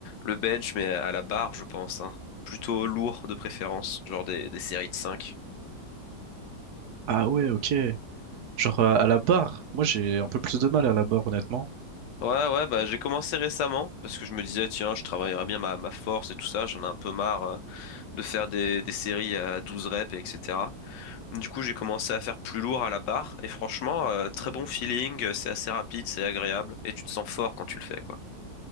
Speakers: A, on the left; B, on the right.
A: le bench, mais à la barre, je pense, hein. Plutôt lourd de préférence, genre des, des séries de cinq
B: Ah ouais, ok. Genre euh, à la barre, moi j'ai un peu plus de mal à la barre honnêtement.
A: Ouais, ouais, bah j'ai commencé récemment, parce que je me disais, tiens, je travaillerai bien ma, ma force et tout ça, j'en ai un peu marre euh, de faire des, des séries à 12 reps, et etc. Du coup, j'ai commencé à faire plus lourd à la barre, et franchement, euh, très bon feeling, euh, c'est assez rapide, c'est agréable, et tu te sens fort quand tu le fais, quoi.